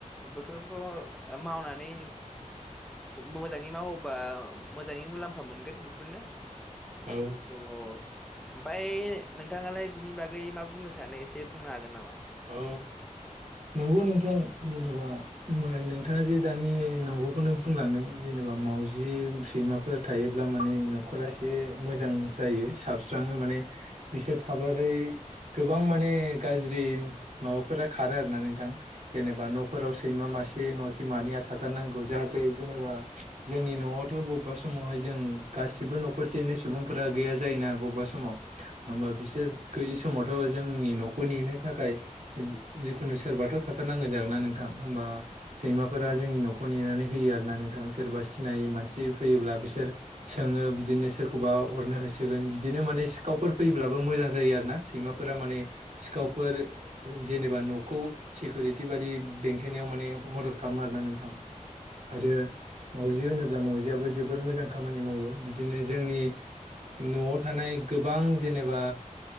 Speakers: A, in the centre; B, on the right.
A: बेफोरखौ मावनानै मोजाङै मावोबा मोजाङै मुलाम्फा मोनगोन बेफोरनो।
B: औ
A: स ओमफ्राय नोंथाङा लाय बिनि बागै मा बुंनो सानो एसे बुंनो हागोन नामा?
B: औ। नंगौ नोंथां जेनेबा नोंथाङा जे दानि नंगौ खौनो बुंलांदों। जेनेबा माउजि सैमा फोर थायोब्ला माने न'खरा एसे मोजां जायो साबस्रां ङो माने बिसोर थाबाथाय गोबां माने गाज्रि माबाफोरा खारो आरो ना नोंथां जेनेबा न'फोराव सैमा मासे नङाखि मानैया थाथार नांगौ जाह जाहाथे जेनेबा जोंनि न' आवथ' बबेबा समावहाय जों गासिबो न'खर सेयैनो सुबुंफोरा गैया जायोना बबेबा समाव होमबा बिसोर गैयि समावथ' जोंनि न'खरनिनो थाखाय जिखुनु सोरबाथ' थाथारनांगोन जागोन ना नोंथां होमबा सैमाफोरा जोंनि न'खौ नेनानै होयो आरोना नोंथां सोरबा सिनायै मानसि फैयोब्ला बिसोर सोङो बिदिनो सोरखौबा अरनो हो होसोगोन बिदिनो माने सिखावफोर फैयोब्लाबो मोजां जायो आरोना सैमाफोरा माने सिखावफोर जेनेबा न'खौ सिकिउरिटि बाइदि बेंखेनायाव माने मदद खालामो आरोना नोंथां आरो मावजि होनोब्ला मावजिआबो जोबोर मोजां खामानि मावो बिदिनो जोंनि न'आव थानाय गोबां जेनेबा